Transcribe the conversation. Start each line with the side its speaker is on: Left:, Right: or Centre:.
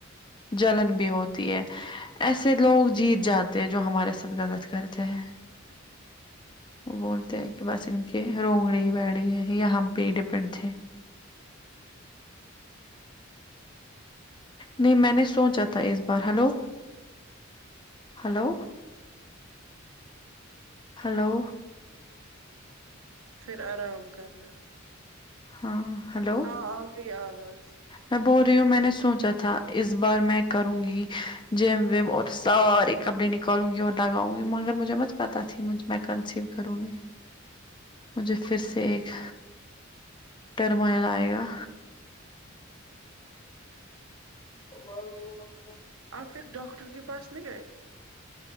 Left: جلن بھی ہوتی ہے ایسے لوگ جیت جاتے ہیں جو ہمارے ساتھ غلط کرتے ہیں وہ بولتے ہیں کی بس ان کے <unintelligible> یے ہم پے ہی ڈپینڈ تھے نہیں میں نے سوچا تھا اس بار ہلو ہلو ہیلو
Right: پھر آرام کرنا
Left: ہاں ہیلو
Right: ہاں آ گئی آواز
Left: میں بول رہی ہوں میں نے سوچا تھا اس بار میں کروں گی جم وم اور ساری کپڑے نکالوں گی اور لگاؤں گی مگر مجھے مت پتہ تھی مجھ میں کنسیو کروں گی مجھے پھر سے ایک ٹرمئل آئے گا <unintelligible>
Right: آپ پھر ڈاکٹر کے پاس نہیں گئے